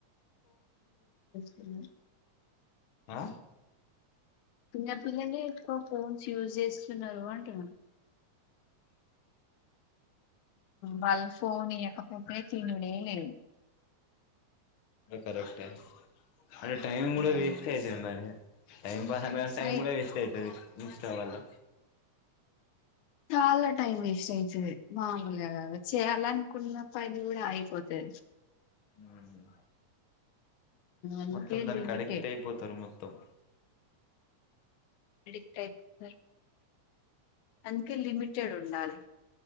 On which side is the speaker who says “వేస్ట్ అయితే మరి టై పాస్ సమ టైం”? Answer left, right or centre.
Left